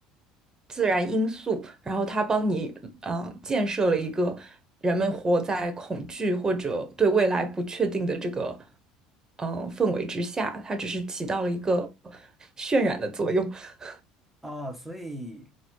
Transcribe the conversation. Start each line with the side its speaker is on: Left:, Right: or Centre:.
Right: 自然因素，然后它帮你嗯、呃建设了一个人们活在恐惧或者对未来不确定的这个嗯、呃氛围之下，它只是起到了一个渲染的作用。<laughs>
Centre: 啊，所以